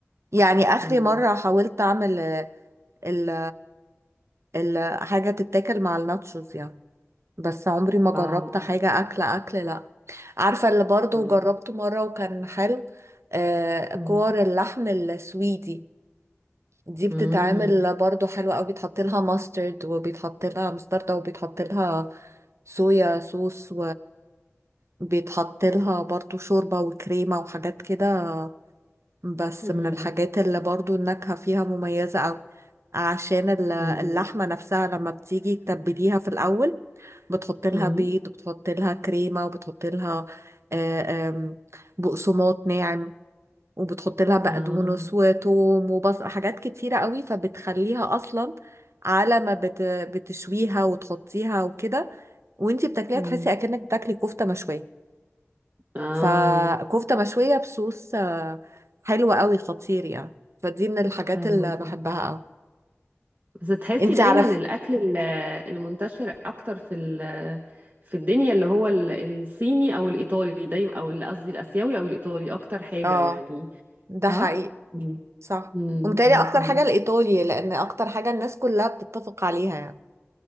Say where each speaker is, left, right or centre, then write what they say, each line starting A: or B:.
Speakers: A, on the right; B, on the right.
A: يعني اخري
B: مم.
A: مره حاولت اعمل آه، ال ال حاجه تتاكل مع الناتشوز يعني بس عمري ما جربت
B: آه
A: حاجة أكل أكل لأ عارفة اللي برضو
B: آه
A: جربته مرة وكان حلو آه
B: مم.
A: كور اللحم السويدي دي بتتعمل
B: مم.
A: برضو حلوة أوي بيتحط لها ماسترد وبيتحط لها مستردة وبيتحط لها صويا صوص وبيتحط لها برضو شوربة وكريمة وحاجات كده بس
B: مم.
A: من الحاجات اللي برضو النكهة فيها مميزة أوي عشان ال- اللحمة
B: مم.
A: نفسها لما بتيجي تتبليها في الأول بتحط لها
B: مم.
A: بيض وبتحط لها كريمة وبتحط لها آه، آم، بقسماط ناعم وبتحط لها بقدونس
B: آه
A: وتوم وبصل حاجات كتيرة قوي فبتخليها أصلا على ما بت... بتشويها وتحطيها وكده وانتي بتاكليها
B: مم.
A: تحسي أكنك بتاكلي كفتة مشوية
B: آه
A: فكفتة مشوية بصوص آه، حلوة قوي خطير يعني فدي من الحاجات
B: حلو
A: اللي
B: ده
A: بحبها قوي
B: بس تحسي
A: انت
B: دايما
A: عارف
B: الاكل ال- المنتشر اكتر في ال- في الدنيا اللي هو ال- الصيني او الايطالي دايما او ال- قصدي الاسيوي او الايطالي اكتر حاجة
A: اه
B: يعني
A: ده
B: صح
A: حقيقي
B: مم.
A: صح
B: مم.
A: ومتهيألي
B: مم.
A: اكتر
B: مم.
A: حاجة الايطالي لان اكتر حاجة الناس كلها بتتفق عليها يعني